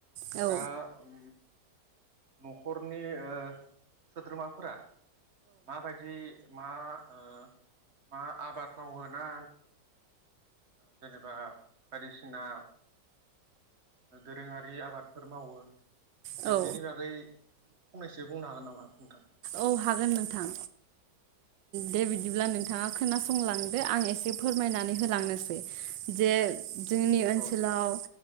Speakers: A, on the right (about 85°); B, on the right (about 40°).
A: औ औ
B: दा उम न'खरनि आ सोद्रोमाफोरा मा बायदि मा ओ मा आबाद मावो ना जेनेबा बायदिसिना दोरोङारि आबादफोर मावो
A: औ
B: बेनि बागै फंनैसो बुंनो हागोन नामा नोंथां
A: औ हागोन नोंथां दे बिदिब्ला नोंथाङा खोनासंलांदो आं एसे फोरमायनानै होलांनोसै जे जोंनि ओनसोलाव
B: औ दे नोंथां